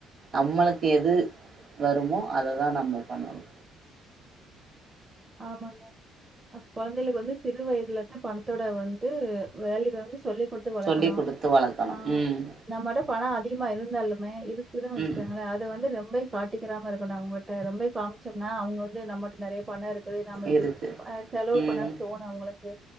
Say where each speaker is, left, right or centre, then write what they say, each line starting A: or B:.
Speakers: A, on the right (about 45°); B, on the right (about 25°).
A: நம்மளுக்கு எது வருமோ அததான் நம்ம பண்ணணும்
B: ஆமாங்க அ கெழந்தைகளுக்கு வந்து சிறு வயதுலதான் பணத்தோட வந்து வேல்யு வந்து சொல்லி கொடுத்து வளக்கனு
A: சொல்லி் குடுத்து வளக்கணு
B: ஆ
A: ம்
B: நம்மிட பணம் அதிக மா இருந்தாலுமே இரு இதுன்னா வச்சிக்கோங்களே
A: ம்
B: அது வந்து காட்டிக்கிராம இருக்கணும் அவங்ககிட்ட ரொம்ப காமிச்சனா அவங்க நம்மிட்ட நெறைய பணம் இருக்கு நம்ம இப்படி
A: இருக்கு
B: செலவு
A: ம்
B: பண்ணனு தோணும் அவங்களுக்கு